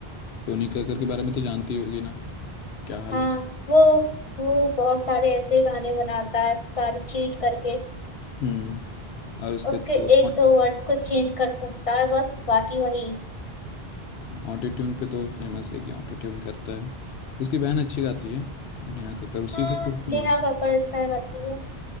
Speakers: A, on the left; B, on the left.
A: टोनी कक्कर के बारे में तो जानती होगी ना क्या हाल
B: हाँ
A: है उसका।
B: वो वो बहुत सारे ऐसे गाने बनाता है सारे चीट करके
A: हम्म और उसके
B: उसके
A: तो
B: एक दो वर्ड्स को चेंज कर सकता है बस बाकी वही
A: ऑटो ट्यून पे तो फेमस है कि ऑटो ट्यून करता है उसकी बहन अच्छी गाती है नेहा कक्कर उसी
B: हाँ
A: से तो फेमस
B: नेहा कक्कड़
A: है
B: अच्छा गाती है